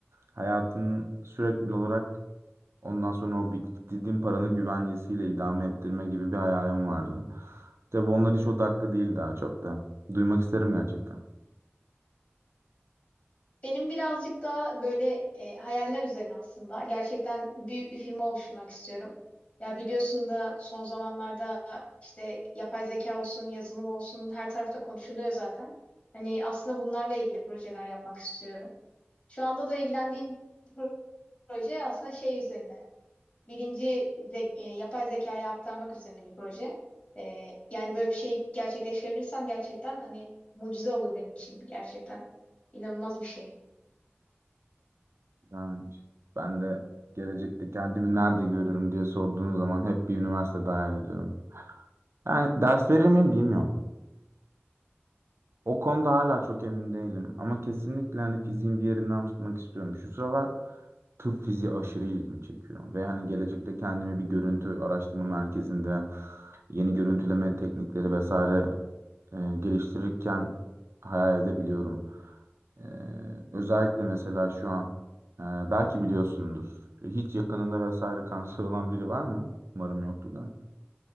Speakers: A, on the right; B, on the left.
A: hayatımı sürekli olarak ondan sonra o biriktirdiğim paranın güvencesiyle idame ettirme gibi bir hayalim vardı. Tabii onlar hiç o dakika değil daha çok da. Duymak isterim gerçekten.
B: Benim birazcık daha böyle e, hayaller üzerine aslında. Gerçekten büyük bir firma oluşturmak istiyorum. Ya biliyorsun da son zamanlarda işte yapay zeka olsun, yazılım olsun her tarafta konuşuluyor zaten. Hani aslında bunlarla ilgili projeler yapmak istiyorum. Şu anda da ilgilendiğim proje aslında şey üzerine. Birinci zek- e, yapay zekaya aktarmak üzerine bir proje. E, yani böyle bir şey gerçekleştirirsem gerçekten hani mucize olur benim için. Gerçekten inanılmaz bir şey.
A: Güzelmiş. Ben de gelecekte kendimi nerede görüyorum diye sorduğun zaman hep bir üniversitede hayal ediyorum. Yani ders verir miyim bilmiyorum. O konuda hala çok emin değilim ama kesinlikle hani fiziğin bir yerinden tutmak istiyorum. Şu sıralar tıp fiziği aşırı ilgimi çekiyor ve hani gelecekte kendimi bir görüntü araştırma merkezinde yeni görüntüleme teknikleri vesaire e, geliştirirken hayal edebiliyorum. E, özellikle mesela şu an e, belki biliyorsundur. Hiç yakınında vesaire kanser olan biri var mı? Umarım yoktur da.